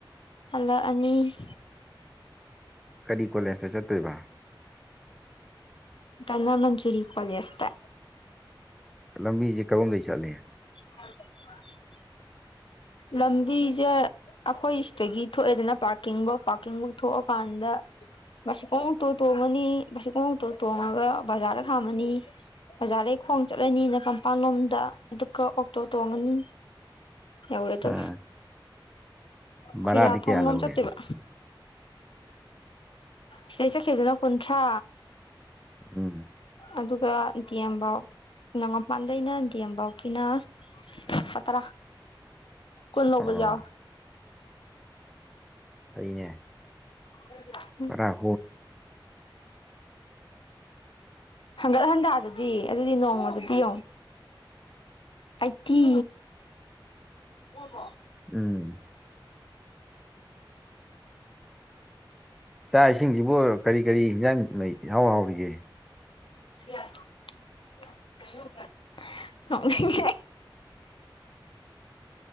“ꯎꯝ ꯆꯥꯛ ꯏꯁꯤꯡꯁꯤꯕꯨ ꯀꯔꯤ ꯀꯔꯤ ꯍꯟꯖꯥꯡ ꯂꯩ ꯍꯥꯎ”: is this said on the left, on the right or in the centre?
Centre